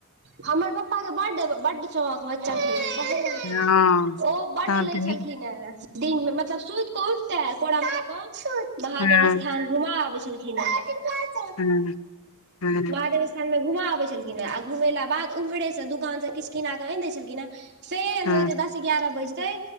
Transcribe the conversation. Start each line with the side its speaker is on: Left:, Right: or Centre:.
Right: हमर पप्पा के बड्ड- बड्ड शौख बच्चाके बहुत
Left: हँ
Right: ओ बड्ड
Left: तहन
Right: लै
Left: तऽ
Right: छलखिन
Left: नीक
Right: हेँ, दिन में मतलब सुतिके उठि ते कोरा में लऽ कऽ महादेव
Left: हँ
Right: स्थान घुमा आबै छलखिन हें।
Left: हँ हँ
Right: महादेव स्थान में घुमा आबै छलखिन हें, आ घुमैला बाध उम्हरे से दू कानसँ किछ किना कऽ आनि दै छलखिन हें, फेर
Left: हँ
Right: होइते दस एइगारह बैजतै